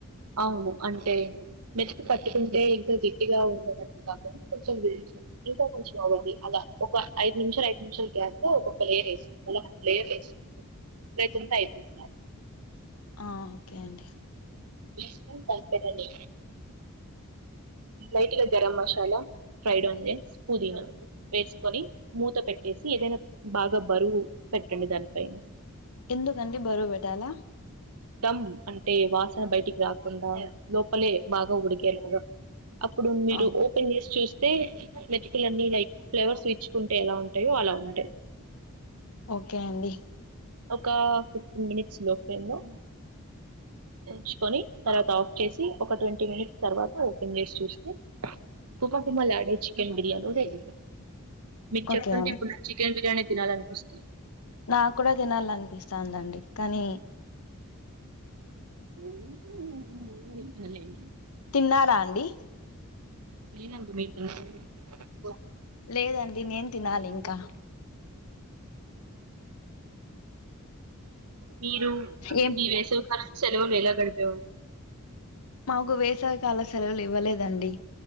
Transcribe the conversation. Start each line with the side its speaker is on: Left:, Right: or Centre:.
Right: అవును అంటే మెతుకు పట్టుకుంటే ఇతు గట్టిగా ఉన్నట్టు కాదు కొంచెం ఇంకా కొంచెం అవ్వుద్ది అలా ఒక ఐదు నిమిషాలు ఐదు నిమిషాలు గ్యాపు ఒకొక్క లేయర్ వేసుకొ అలా లేయర్లు ఏస్ ప్రేతింత ఐతుందా
Left: ఆ ఓకే అండి
Right: ఈశ్వరన్ తల్పేనండి లేటుగా గరం మసాలా ఫ్రైడ్ ఆనియన్స్ పుదీనా వేసుకొని మూత పెట్టేస్ ఏదైనా బాగా బరువు పెట్టండి దానిపైన
Left: ఎందుకండి బరువు పెట్టాలా
Right: దమ్ అంటే వాసన బయటికి రాకుండా లోపలే బాగా ఉడికెలాగ అప్పుడు మీరు
Left: ఆ
Right: ఓపెన్ జేసి చూస్ టె మెతుకులన్నీ లైక్ ఫ్లేవర్స్ విచ్చుకుంటే ఎలా ఉంటాయో అలా ఉంటాయ్
Left: ఓకే అండి.
Right: ఒక ఫిఫ్టీన్ మినిట్స్ లో ఫ్లేమ్లో చ్చుకొని తర్వాత ఆఫ్ చేసి ఒక ట్వంటీ మినిట్స్ తర్వాత ఓపెన్ చేస్ చూస్తె గుమ గుమలాడే చికెన్ బిర్యానీ రెడి మీకు
Left: ఓకే
Right: చెప్తుంటే
Left: అండి
Right: ఇప్పుడు నాకు చికెన్ బిర్యానీ తినాలనిపిస్తుంది.
Left: నా కూడా తినాలనిపిస్తాందండి కానీ
Right: <unintelligible>
Left: తిన్నారా అండి.
Right: లేదండి మీరు తిన్నారా?
Left: లేదండి నేన్ తినాలి ఇంకా
Right: మీరు
Left: ఏం
Right: మీ వేసవి కాలం సెలవులు ఎలా గడిపేవార్
Left: మాకు వేసవికాల సెలవులు ఇవ్వలేదండి.